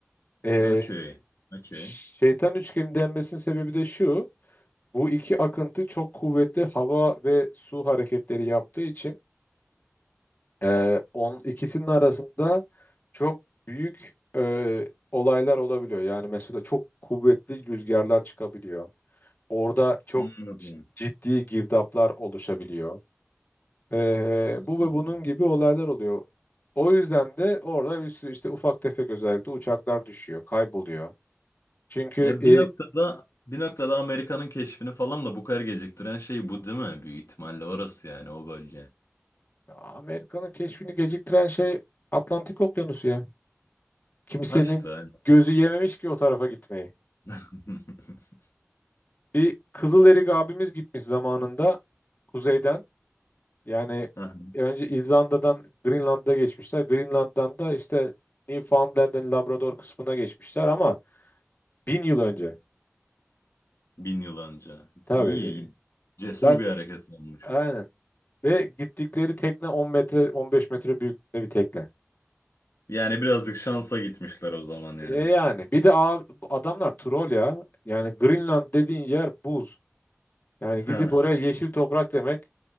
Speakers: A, on the left; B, on the left.
A: E,
B: Okey. Okey.
A: Şeytan Üçgeni denmesinin sebebi de şu. Bu iki akıntı çok kuvvetli hava ve su hareketleri yaptığı için e, on, ikisinin arasında çok büyük e, olaylar olabiliyor. Yani mesela çok kuvvetli rüzgarlar çıkabiliyor. Orada çok
B: Anladım.
A: c- ciddi girdaplar oluşabiliyor. Ee,
B: Anladım.
A: bu ve bunun gibi olaylar oluyor. O yüzden de orada bir sürü işte ufak tefek özellikle uçaklar düşüyor, kayboluyor. Çünkü
B: Ya
A: e,
B: bir noktada bir noktada Amerika'nın keşfini falan da bu kadar geciktiren şey bu değil mi? Büyük ihtimalle orası yani o bölge.
A: Amerika'nın keşfini geciktiren şey Atlantik Okyanusu ya. Kimsenin
B: Ha işte aynen.
A: gözü yememiş ki o tarafa gitmeyi.
B: <laughs>
A: Bir Kızıl Erik abimiz gitmiş zamanında kuzeyden. Yani
B: Heh,
A: önce İzlanda'dan Greenland'a geçmişler. Greenland'dan da işte Newfoundland'ın Labrador kısmına geçmişler ama bin yıl önce.
B: Bin yıl önce.
A: Tabii.
B: İyi, cesur
A: e, Zaten
B: bir hareket olmuş.
A: aynen. Ve gittikleri tekne 10 metre 15 metre büyüklüğünde bir tekne.
B: Yani birazcık şansa gitmişler o zaman yani.
A: E yani bir de a- adamlar troll ya. Yani Greenland dediğin yer buz. Yani gidip
B: Ha.
A: oraya yeşil toprak demek